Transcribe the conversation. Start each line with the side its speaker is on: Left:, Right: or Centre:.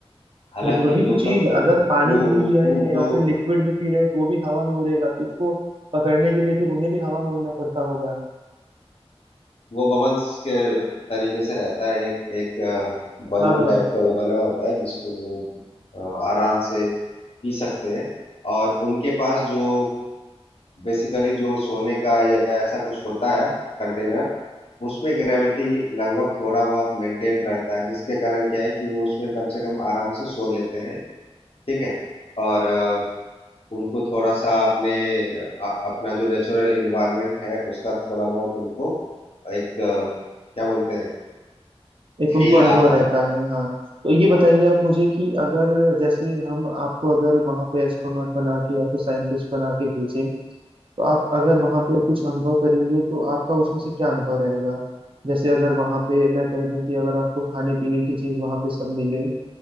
Left: हालांकि
Right: वही, वही
Left: इन
Right: तो
Left: लोग
Right: चीज
Left: का
Right: है अगर पानी
Left: खूब
Right: भी पी रहे हैं या
Left: जो
Right: फिर लिक्विड भी पी रहे हैं तो वो भी हवा में उड़ेगा तो उसको पकड़ने के लिए फिर उन्हें भी हवा में उड़ना पड़ता होगा
Left: वो बबल्स के तरीके से रहता है एक एक बलून
Right: हाँ हाँ
Left: टाइप का वो बना होता है जिसको वो अ, आराम से पी सकते हैं और उनके पास जो बेसिकली जो सोने का या ऐसा कुछ होता है कंटेनर उसमें ग्रेविटी लगभग थोड़ा बहुत मेंटेन रहता है जिसके कारण क्या है कि वो उसमें कम से कम आराम से सो लेते हैं ठीक है और अ, उनको थोड़ा सा अपने अ, अपना जो नेचुरल इन्वायरमेंट है उसका थोड़ा बहुत उनको एक अ, क्या बोलते हैं
Right: एक उनको
Left: फील
Right: अनुभव
Left: आता
Right: रहता
Left: है
Right: है हाँ तो ये बताइए
Left: हाँ
Right: आप मुझे कि अगर जैसे हम आपको अगर वहाँ पे एस्ट्रोनॉट बना के या फिर साइंटिस्ट बना के भेजें तो आप अगर वहाँ पे कुछ अनुभव करेंगे तो आपका उसमें से क्या अनुभव रहेगा जैसे अगर वहाँ पे मैं कह दूँ कि अगर आपको खाने पीने की चीज़ वहाँ पे सब मिले